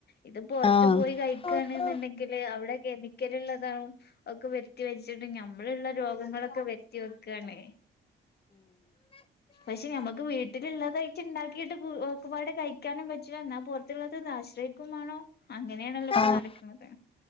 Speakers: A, on the left; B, on the left.
A: ഇത് പുറത്ത്
B: ആഹ്
A: പോയി കഴിക്കുണ്ന്നുണ്ടെങ്കിൽ
B: ആഹ്
A: അവിടെ കെമിക്കൽ ഉള്ളതും ഒക്കെ വരുത്തി വെ ച്ട്ട് നമ്മള് ഉള്ള രോഗങ്ങളൊക്കെ വെരുത്തി വെക്കാണ്. പക്ഷെ ഞമ്മക്ക് വീട്ടിലുള്ളത് ച്ച് ഉണ്ടാക്കിയിട്ട് ഒക്കപാടെ കഴിക്കാനും പറ്റില്ല. എന്നാ പുറത്തുള്ളത് ആശ്രയിക്കുമാണം. അങ്ങനെയണല്ലോ ഇപ്പൊ
B: ആഹ്
A: നടക്കുന്നത്.